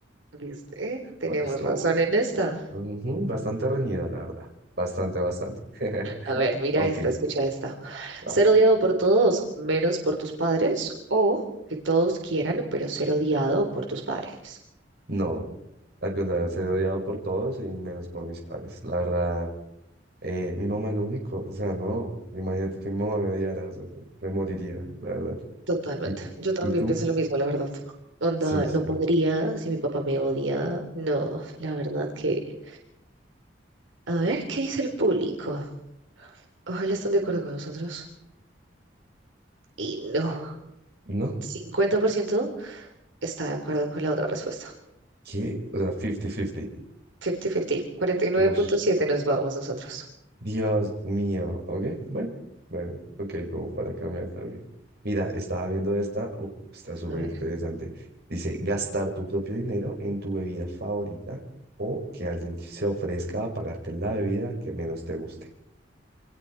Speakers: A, on the right; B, on the right.
A: ¿Viste? Tenemos
B: ¿Cuál es tú?
A: razón en esta.
B: Ujú, Bastante reñido, la verdad. Bastante, bastante. <laughs>
A: A ver, mira
B: Ok,
A: esta, escucha esta.
B: ay,
A: Ser odiado por todos, menos por tus padres, o que todos quieran, pero ser odiado por tus padres.
B: no. Al contrario, ser odiado por todos y menos por mis padres. La verdad, eh, mi mamá es lo único. O sea, no. Imagínate que mi mamá me odiara. o sea, me moriría, la verdad.
A: Totalmente.
B: ¿Y,
A: Yo también
B: y tú?
A: pienso lo mismo, la verdad. Onda,
B: Sí, sí.
A: no podría, si mi papá me odia, no, la verdad que... A ver, ¿qué dice el público? Ojalá estén de acuerdo con nosotros. Y no,
B: ¿No?
A: 50% está de acuerdo con la otra respuesta.
B: ¿Qué? O sea, 50-50.
A: cincuenta cincuenta. Cuarenta y nueve
B: Ush.
A: punto siete nos vamos nosotros.
B: Dios mío, ¿ok? Bueno, bueno, ok, como para cambiar también. Mira, estaba viendo esta, uf, está súper
A: A ver,
B: interesante. Dice, gastar tu propio dinero en tu bebida favorita o que alguien se ofrezca a pagarte la bebida que menos te guste.